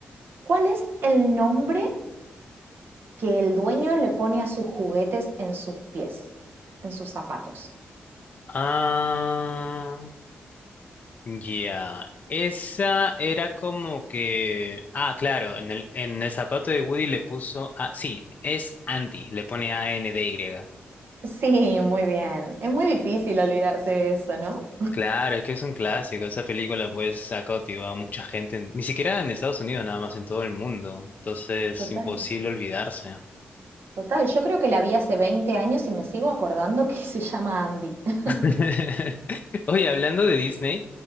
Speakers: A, on the right; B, on the left.
A: ¿cuál es el nombre que el dueño le pone a sus juguetes en sus pies, en sus zapatos.
B: Ah, ya. Esa era como que... Ah, claro, en el, en el zapato de Woody le puso... Ah, sí, es Andy, le pone A-N-D-Y.
A: Sí, muy bien. Es muy difícil olvidarse de eso, ¿no?
B: Claro, es que es un clásico. Esa película pues ha cautivado a mucha gente, en- ni siquiera en Estados Unidos, nada más en todo el mundo. Entonces,
A: Total,
B: imposible olvidarse.
A: total. Yo creo que la vi hace 20 años y me sigo acordando que <laughs> se llama Andy. <laughs>
B: <laughs> Oye, hablando de Disney,